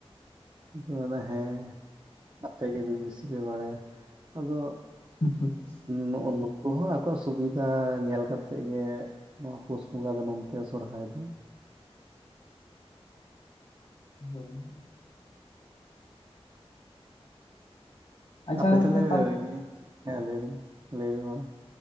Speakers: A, on the right (about 45°); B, on the left (about 65°).
A: ᱩᱱᱠᱩ ᱠᱚ ᱢᱮᱱ ᱮᱫᱟ ᱦᱮᱸ ᱟᱯᱮ ᱜᱮ ᱵᱮᱥᱤ ᱯᱮ ᱵᱟᱲᱟᱭᱟ ᱟᱫᱚ
B: <unintelligible>
A: ᱱᱩᱜ ᱱᱩᱠᱩ ᱦᱚᱸ ᱟᱠᱚᱣᱟᱜ ᱥᱩᱠᱷ ᱥᱩᱵᱤᱫᱷᱟ ᱧᱮᱞ ᱠᱟᱛᱮᱫ ᱜᱮ ᱱᱚᱣᱟ ᱯᱩᱥ ᱵᱚᱸᱜᱟ ᱫᱚ ᱱᱚᱱᱛᱮ ᱥᱚᱨᱦᱟᱭ ᱫᱚ
B: <unintelligible> ᱟᱪᱪᱷᱟ
A: ᱟᱯᱮ
B: ᱜᱚᱝᱠᱮ
A: ᱛᱟᱦᱚᱞᱮ ᱤᱭᱟᱹ ᱦᱮᱸ ᱞᱟᱹᱭ ᱵᱤᱱ ᱞᱟᱹᱭ ᱵᱤᱱ ᱢᱟ